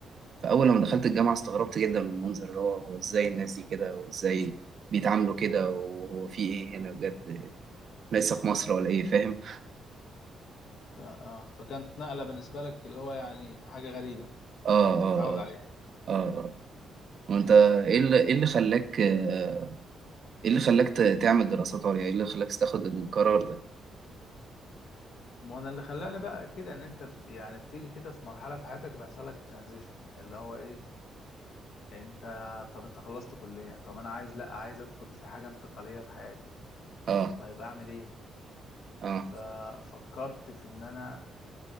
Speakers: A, on the right; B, on the left.
A: فأول لما دخلت الجامعة استغربت جدا من المنظر اللي هو هو إزاي الناس دي كده وإزاي بيتعاملوا كده وهو في إيه هنا بجد إحنا لسه في مصر ولا إيه فاهم؟
B: ف- آه فكانت نقلة بالنسبة لك اللي هو يعني حاجة غريبة
A: آه آه
B: مش متعود
A: آه
B: عليها
A: آه آه وأنت إيه اللي إيه اللي خلاك آه، ايه اللي خلاك ت- تعمل دراسات عليا ايه اللي خلاك تاخد القرار ده
B: ما انا اللي خلاني بقى كده ان انت ب- يعني بتيجي كده في مرحله في حياتك بيحصل لك ترانزيشن اللي هو ايه انت طب انت خلصت كليه طب انا عايز لا عايز ادخل في حاجه انتقاليه في حياتي
A: اه
B: طيب اعمل ايه
A: اه
B: ففكرت في ان انا